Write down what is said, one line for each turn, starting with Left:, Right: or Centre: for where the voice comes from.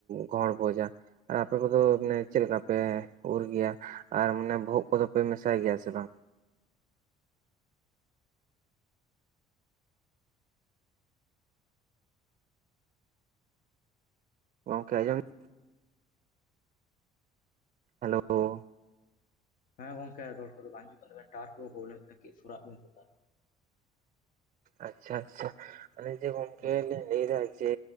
Right: ᱜᱚᱦᱚᱲ ᱵᱚᱡᱼᱟ᱾ ᱟᱨ ᱟᱯᱮ ᱠᱚᱫᱚ ᱢᱟᱱᱮ ᱪᱮᱫ ᱞᱮᱠᱟ ᱯᱮ ᱩᱨ ᱜᱮᱭᱟ ᱟᱨ ᱢᱟᱱᱮ ᱵᱚᱦᱚᱜ ᱠᱚᱫᱚ ᱯᱮ ᱢᱮᱥᱟᱭ ᱜᱮᱭᱟ ᱥᱮ ᱵᱟᱝ? ᱜᱚᱢᱠᱮ ᱟᱸᱡᱚᱢ ᱮᱫ ᱦᱮᱞᱳ ᱳᱣ
Left: ᱦᱮᱸ ᱜᱚᱝᱠᱮ ᱨᱚᱲ ᱠᱚ ᱫᱚ ᱵᱟᱝ ᱦᱤᱡᱩᱜ ᱠᱟᱱ ᱛᱟᱵᱮᱱᱟ ᱴᱟᱣᱟᱨ ᱠᱚ ᱯᱨᱚᱵᱞᱮᱢ ᱮᱫ ᱛᱟᱵᱮᱱ ᱠᱟᱴᱤᱡ ᱥᱚᱨᱟᱜ ᱵᱮᱱ ᱥᱮᱪᱮᱫᱼᱟ᱾
Right: ᱟᱪᱪᱷᱟ ᱟᱪᱪᱷᱟ ᱟᱞᱤᱧ ᱡᱮ ᱜᱚᱝᱠᱮ
Left: ᱦᱮᱸ
Right: ᱞᱤᱧ ᱞᱟᱹᱭᱫᱟ ᱡᱮ